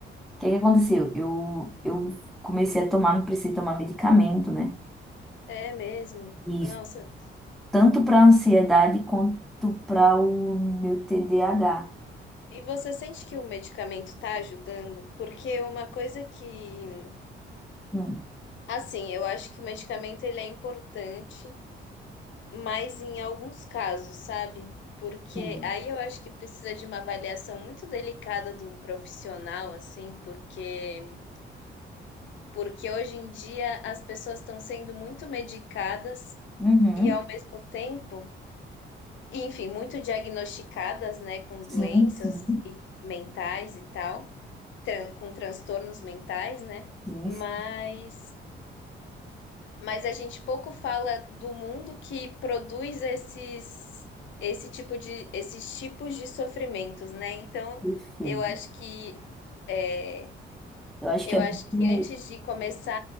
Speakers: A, in the centre; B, on the left.
A: que que aconteceu? Eu, eu comecei a tomar, precisei tomar medicamento, né?
B: É mesmo.
A: E
B: Nossa.
A: isso tanto para ansiedade quanto para o meu TDAH.
B: E você sente que o medicamento está ajudando? Porque uma coisa que,
A: Hum,
B: assim, eu acho que o medicamento ele é importante, mas em alguns casos, sabe? Porque
A: sim.
B: aí eu acho que precisa de uma avaliação muito delicada do profissional, assim, porque porque hoje em dia as pessoas estão sendo muito medicadas
A: Uhum.
B: e ao mesmo tempo, e, enfim, muito diagnosticadas, né, com doenças
A: Sim, sim,
B: e mentais e tal, tran- com transtornos mentais, né?
A: sim,
B: Mas
A: sim,
B: mas a gente pouco fala do mundo que produz esses esse tipo de esses tipos de sofrimentos, né? Então,
A: perfeito.
B: eu acho que é,
A: Eu acho
B: Eu
A: que é
B: acho
A: muito
B: que antes de começar